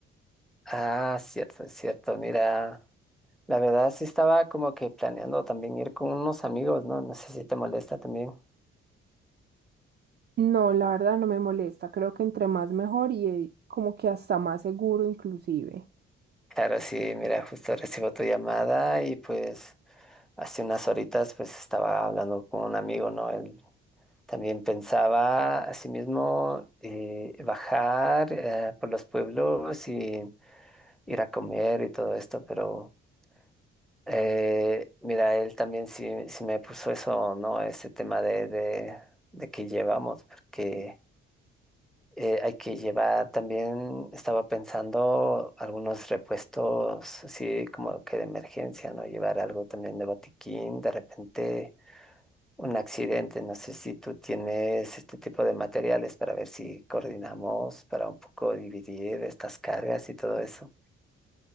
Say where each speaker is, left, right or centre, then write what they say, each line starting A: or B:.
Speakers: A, in the centre; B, on the right.
A: ah, cierto, cierto, mira. La verdad sí estaba como que planeando también ir con unos amigos, ¿no? No sé si te molesta también.
B: No, la verdad no me molesta, creo que entre más mejor y eh, como que hasta más seguro inclusive.
A: Claro, sí, mira, justo recibo tu llamada y pues Hace unas horitas pues estaba hablando con un amigo, ¿no? Él también pensaba asimismo eh, bajar eh, por los pueblos y ir a comer y todo esto, pero eh, mira, él también sí, sí me puso eso, ¿no? Ese tema de, de, de que llevamos, porque eh, hay que llevar también, estaba pensando algunos repuestos, así como que de emergencia, ¿no? Llevar algo también de botiquín, de repente un accidente. No sé si tú tienes este tipo de materiales para ver si coordinamos para un poco dividir estas cargas y todo eso.